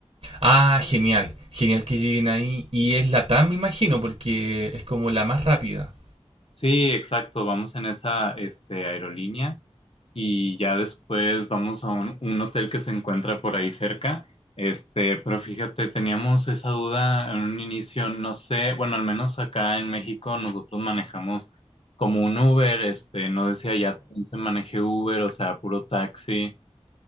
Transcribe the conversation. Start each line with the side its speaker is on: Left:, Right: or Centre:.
Right: Ah, genial, genial que lleguen ahí. Y es la TAM, me imagino, porque es como la más rápida.
Left: Sí, exacto, vamos en esa este, aerolínea. y ya después vamos a un, un hotel que se encuentra por ahí cerca. Este, pero fíjate, teníamos esa duda en un inicio, no sé, bueno, al menos acá en México nosotros manejamos como un Uber, este, no decía ya también se maneje Uber, o sea, puro taxi.